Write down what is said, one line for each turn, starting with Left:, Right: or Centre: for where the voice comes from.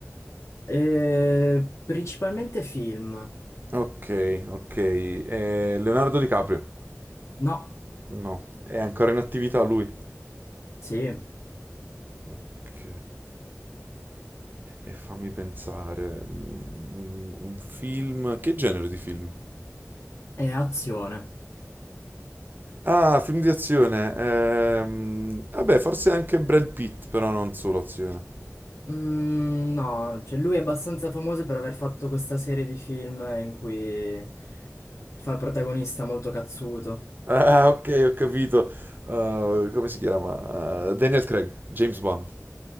Left: Eh, principalmente film.
Right: Ok, ok. È Leonardo DiCaprio?
Left: No,
Right: No, è ancora in attività lui.
Left: sì,
Right: Ok. E fammi pensare, mm, un film, che genere di film?
Left: è azione.
Right: Ah, film di azione. ehm, vabbè, forse anche Brad Pitt, però non solo azione.
Left: Mm, no, cioè lui è abbastanza famoso per aver fatto questa serie di film in cui fa il protagonista molto cazzuto.
Right: Ah, <laughs> ok, ho capito. Uh, come si chiama? Uh, Daniel Craig, James Bond.